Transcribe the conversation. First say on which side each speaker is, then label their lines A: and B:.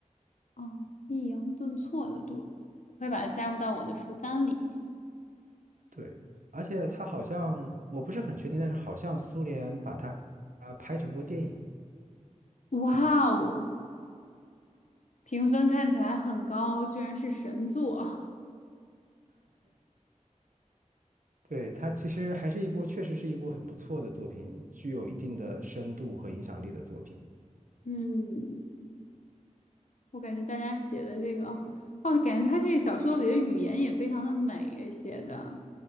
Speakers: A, on the left; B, on the right.
A: 哦，抑扬顿挫的顿，会把它加入到我的书单里。
B: 对，而且它好像我不是很确定，但是好像苏联把它啊拍成过电影，
A: 哇哦，评分看起来很高，居然是神作。<laughs>
B: 对，它其实还是一部确实是一部很不错的作品，具有一定的深度和影响力的作品
A: 嗯，我感觉大家写的这个，哦，哦，感觉他这个小说里的语言也非常的美，写的